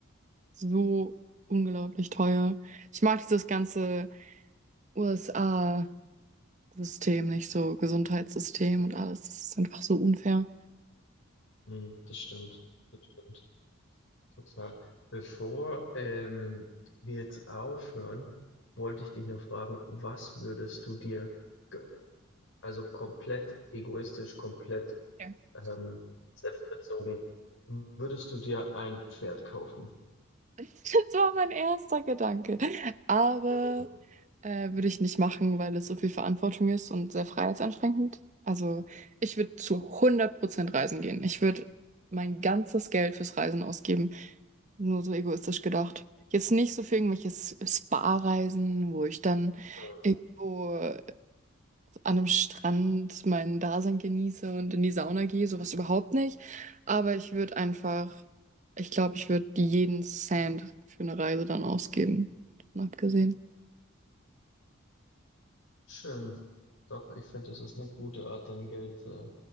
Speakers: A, on the right (about 35°); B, on the left (about 70°).
A: so unglaublich teuer. Ich mag dieses ganze USA. System, nicht so Gesundheitssystem und alles. Das ist einfach so unfair.
B: Mhm. Das stimmt, das stimmt, total. Bevor ähm, wir jetzt aufhören, wollte ich dich noch fragen, was würdest du dir gönnen? Also komplett egoistisch, komplett
A: Okay. <laughs>
B: ähm, selbstbezogen, würdest du dir ein Pferd kaufen?
A: Das war mein erster Gedanke. Aber
B: Mhm.
A: äh, würde ich nicht machen, weil es so viel Verantwortung ist und sehr freiheitseinschränkend. Also ich würde zu hundert Prozent reisen gehen. Ich würde mein ganzes Geld fürs Reisen ausgeben. Nur so egoistisch gedacht. Jetzt nicht so für irgendwelche S- Spa-Reisen, wo ich dann
B: Mhm.
A: irgendwo an einem Strand mein Dasein genieße und in die Sauna gehe, sowas überhaupt nicht. Aber ich würde einfach, ich glaube, ich würde jeden Cent für eine Reise dann ausgeben. Davon abgesehen.
B: Schön. Doch, ich finde, das ist eine gute Art, dein Geld, äh,